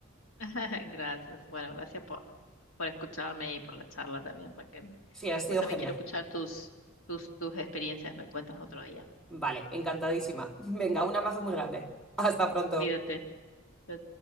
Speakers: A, on the left; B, in the centre.
A: <laughs> Gracias. Bueno, gracias por, por escucharme y por la charla también, Raquel.
B: Sí, ha
A: Después
B: sido
A: también
B: genial.
A: quiero escuchar tus, tus, tus experiencias, me cuentas otro día.
B: Vale, encantadísima. Venga, un abrazo muy grande. Hasta pronto.
A: Cuídate. Chao,